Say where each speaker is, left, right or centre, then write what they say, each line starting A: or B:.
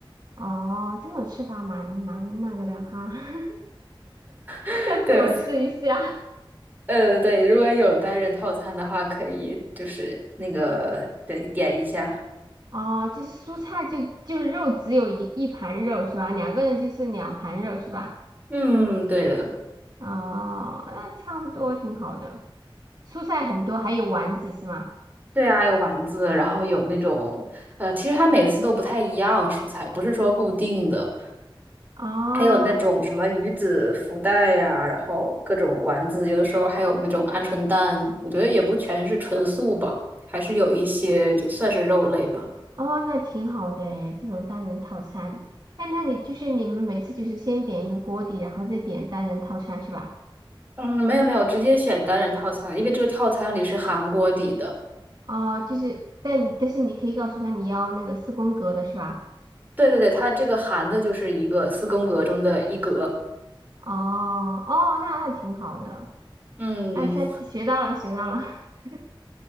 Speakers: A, on the right; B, on the right.
A: 哦，这种吃法蛮蛮那个的哈。<laughs>
B: <laughs>
A: 下次我试一下。
B: 对，呃，对，如果有单人套餐的话，可以就是那个，对，点一下。
A: 哦，就是蔬菜就就是肉只有一一盘肉是吧？两个人就是两盘肉是吧？
B: 嗯，对的，
A: 哦，那差不多挺好的。蔬菜很多，还有丸子是吗？
B: 对啊，有丸子，然后有那种，呃，其实它每次都不太一样，蔬菜不是说固定的。
A: 哦
B: 还有那种什么鱼子福袋呀、然后各种丸子，有的时候还有那种鹌鹑蛋，我觉得也不全是纯素吧，还是有一些就算是肉类吧。
A: 哦，那挺好的诶，这种单人套餐。那那你就是你们每次就是先点一个锅底，然后再点单人套餐是吧？
B: 嗯，没有没有，直接选单人套餐，因为这个套餐里是含锅底的。
A: 哦，就是但但是你可以告诉他你要那个四宫格的是吧？
B: 对对对，它这个含的就是一个四宫格中的一格。
A: 哦哦，那那挺好的。
B: 嗯，
A: 哎，下次学到了，学到了。<laughs>